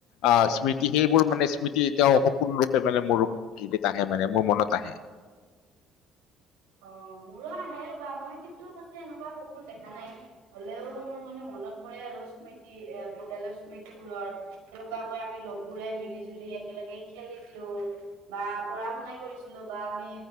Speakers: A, on the left (about 70°); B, on the right (about 80°).
A: আ স্মৃতি সেইবোৰ মানে স্মৃতি এতিয়াও স- পোন মানে মোৰ হেৰিত আহে মানে মোৰ মনত আহে।
B: অ মোৰো আহে ৰবা মই কিন্তু পাছে এনেকুৱা সপোন দেখা নাই। হ'লেও মোৰ মানে মনত পৰে আৰু স্মৃতি এ বিদ্যালয়ৰ স্মৃতি বোৰৰ। সেনেকুৱাকৈ আমি লগবোৰে মিলি জুলি একেলগে খেলিছিলোঁ। বা পঢ়া শুনাই কৰিছিলো বা আমি